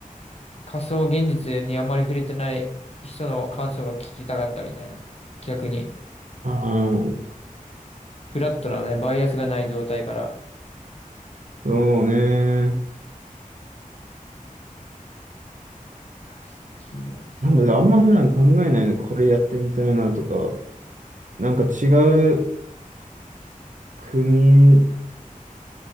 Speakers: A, on the left; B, on the right.
A: 仮想現実にあんまり触れてない人の感想が聞きたかったみたいな。逆に、
B: ああ、
A: フラットなね、バイアスがない状態から。
B: そうね。
A: 好きなそう。
B: なんだろう、あんま普段考えないね。これやってみたいなとか、なんか違う国、う